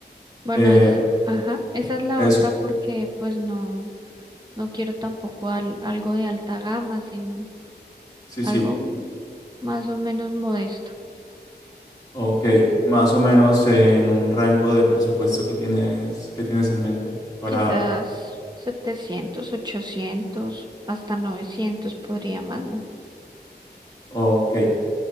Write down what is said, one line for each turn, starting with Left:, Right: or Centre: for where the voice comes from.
Right: Bueno,
Left: Eh,
Right: es, ajá, esa es la
Left: es,
Right: otra porque pues no, no quiero tampoco al- algo de alta gama, sino
Left: sí,
Right: algo
Left: sí.
Right: más o menos modesto.
Left: Ok, más o menos en un rango de presupuesto que tienes, que tienes en mente para...
Right: Quizás 700, 800, hasta 900 podría más, ¿no?
Left: Ok,